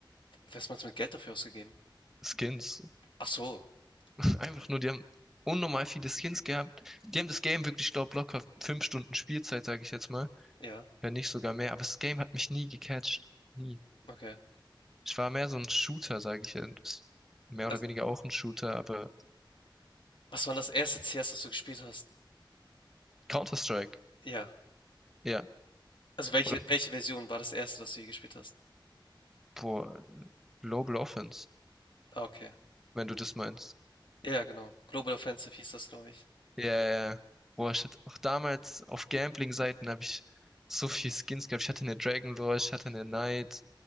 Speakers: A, on the left; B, in the centre.
A: Was meinst du mit Geld dafür ausgegeben?
B: Skins.
A: Ach so.
B: Pff, Einfach
A: Okay.
B: nur, die haben unnormal viele Skins gehabt. Die haben das Game wirklich, ich glaube, locker fünf Stunden Spielzeit, sage ich jetzt mal.
A: Ja.
B: Wenn nicht sogar mehr. Aber das Game hat mich nie gecatcht. Nie.
A: Okay.
B: Ich war mehr so ein Shooter, sage ich jetzt. Mehr oder
A: Also,
B: weniger auch ein Shooter, aber
A: was war das erste CS, das du gespielt hast?
B: Counter-Strike.
A: Ja.
B: Ja.
A: Also, welche
B: Oder,
A: welche Version war das erste, das du je gespielt hast?
B: boah, Global Offense,
A: Ah, okay.
B: wenn du das meinst.
A: Ja, ja, genau. Global Offensive hieß das, glaube ich.
B: Ja, ja. ja. Boah, ich hatte auch damals auf Gambling-Seiten habe ich so viel Skins gehabt. Ich hatte eine Dragon Lore, ich hatte eine Knight,